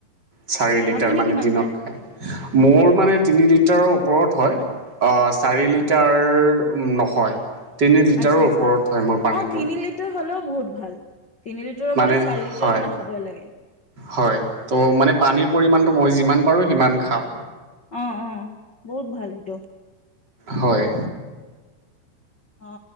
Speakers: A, on the right; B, on the left.
A: চাৰি লিটাৰ
B: আপুনি
A: মানে
B: কিমান
A: দিনত খায়, মোৰ মানে তিনি লিটাৰৰ ওপৰত হয়। অ চাৰি লিটাৰ নহয়, তিনি লিটাৰৰ
B: আচ্ছা আচ্ছা
A: ওপৰত হয় মোৰ পানীটো।
B: অ', তিনি লিটাৰ হ'লেও বহুত ভাল, তিনি লিটাৰৰ
A: মানে
B: পৰা চাৰি লিটাৰ
A: হয়।
B: মানে খাবই লাগে।
A: হয় ত মানে পানীৰ পৰিমাণটো মই যিমান পাৰো সিমান খাওঁ।
B: অ অ বহুত ভাল এইটো।
A: হয়।
B: অ।